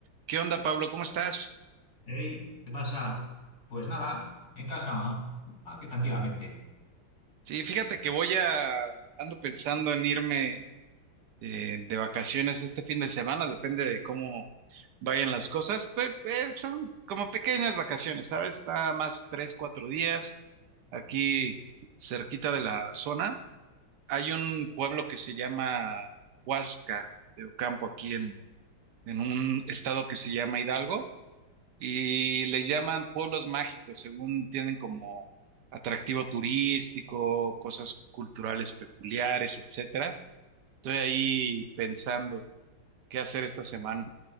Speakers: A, on the right (about 65°); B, on the left (about 50°).
A: ¿Qué onda, Pablo? ¿Cómo estás?
B: Ey, ¿qué pasa? Pues nada, en casa, aquí tranquilamente.
A: Sí, fíjate que voy a, ando pensando en irme eh, de vacaciones este fin de semana, depende de cómo vayan las cosas. Estoy- eh, son como pequeñas vacaciones, ¿sabes? Nada más tres, cuatro días aquí cerquita de la zona. Hay un pueblo que se llama Huasca de Ocampo, aquí en, en un estado que se llama Hidalgo. y le llaman pueblos mágicos, según tienen como atractivo turístico, cosas culturales peculiares, etcétera. Estoy ahí pensando qué hacer esta semana.